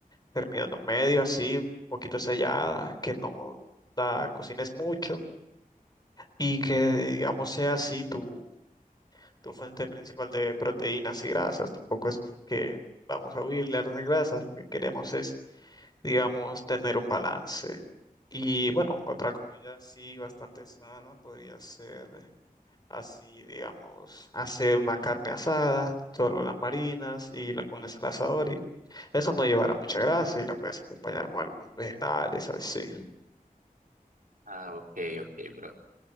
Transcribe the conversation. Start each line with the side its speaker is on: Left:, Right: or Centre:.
Left: terminando medio, así, un poquito sellada, que no la cocines mucho y que, digamos, sea así tu, tu fuente principal de proteínas y grasas. Tampoco es que vamos a huirle a las grasas, lo que queremos es, digamos, tener un balance. Y bueno, otra comida así bastante sana podría ser. así, digamos, hacer una carne asada, solo las marinas y le pones el asador y eso no llevará mucha grasa y la puedes acompañar con algunos vegetales, así.
Right: Ah, ok, ok, bro.